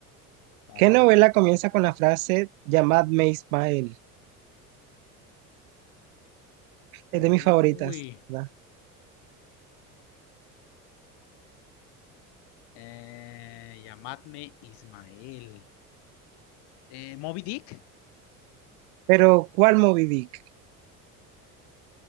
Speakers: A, on the left (about 60°); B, on the right (about 65°).
A: Ah,
B: ¿Qué
A: dale.
B: novela comienza con la frase Llamadme Ismael?
A: Uy.
B: Es de mis favoritas, ¿verdad?
A: Eh, llamadme Ismael. Eh, Moby Dick,
B: Pero, ¿cuál Moby Dick?